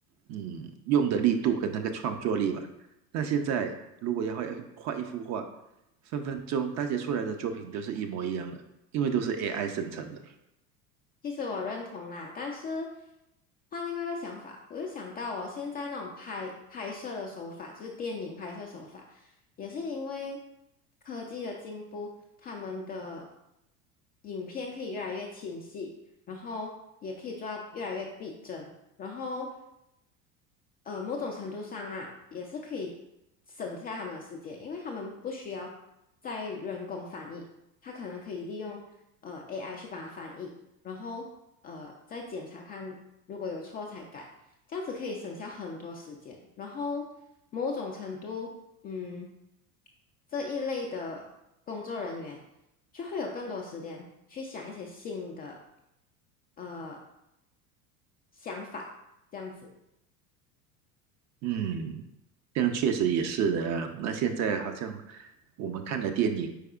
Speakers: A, on the right; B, on the left.
A: 嗯用的力度跟那个创作力吧。那现在如果要画画一幅画，分分钟大家出来的作品都是一模一样的，因为都是 AI 生成的。
B: 其实我认同啦，但是换另外一个想法，我又想到哦，现在那种拍拍摄的手法，就是电影拍摄手法，也是因为科技的进步，他们的影片可以越来越清晰，然后也可以做到越来越逼真，然后呃，某种程度上啊，也是可以省下他们的时间，因为他们不需要再人工翻译，他可能可以利用呃 AI 去把它翻译，然后呃再检查看如果有错才改，这样子可以省下很多时间。然后某种程度，嗯，这一类的工作人员就会有更多时间去想一些新的呃想法，这样子。
A: 嗯，这样确实也是的啊那现在好像我们看的电影，